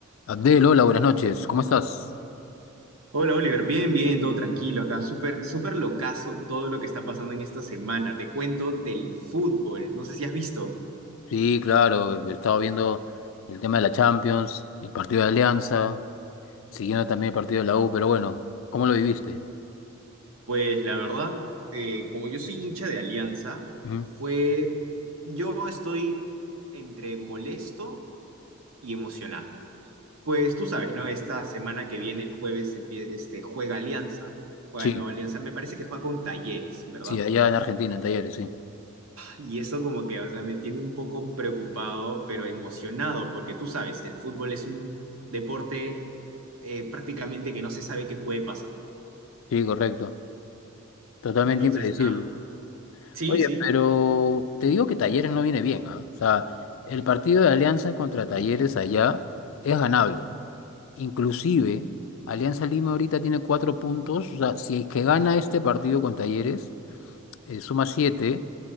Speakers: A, on the left; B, on the right.
A: Abdel, hola, buenas noches. ¿Cómo estás?
B: Hola Oliver, bien, bien, todo tranquilo acá, súper, súper locazo todo lo que está pasando en esta semana. Te cuento del fútbol, no sé si has visto.
A: Sí, claro, he estado viendo el tema de la Champions, el partido de Alianza, siguiendo también el partido de la U, pero bueno, ¿cómo lo viviste?
B: Pues la verdad, eh, como yo soy hincha de Alianza,
A: Ujú.
B: fue, yo estoy entre molesto y emocionado. Pues tú sabes, ¿no? Esta semana que viene, el jueves, empie- este, juega Alianza, juega
A: Sí,
B: de nuevo Alianza, me parece que juega con Talleres, ¿verdad?
A: sí, allá en Argentina, en Talleres, sí.
B: Y eso como que, o sea, me tiene un poco preocupado, pero emocionado, porque tú sabes, el fútbol es un deporte eh, prácticamente que no se sabe qué puede pasar.
A: Sí, correcto. Totalmente
B: Entonces,
A: impredecible.
B: nada. Sí,
A: Oye,
B: sí.
A: pero te digo que Talleres no viene bien, ¿ah? O sea, el partido de Alianza contra Talleres allá es ganable. Inclusive, Alianza Lima ahorita tiene cuatro puntos, o sea, si es que gana este partido con Talleres eh, suma 7